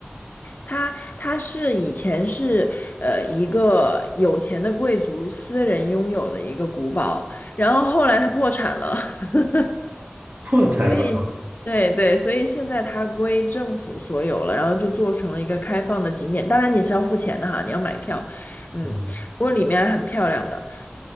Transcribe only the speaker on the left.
它它是以前是呃一个有钱的贵族私人拥有的一个古堡，然后后来它破产了，<laughs>
所以对对，所以现在它归政府所有了，然后就做成了一个开放的景点。当然你是要付钱的哈，你要买票，嗯，
不过里面还很漂亮的。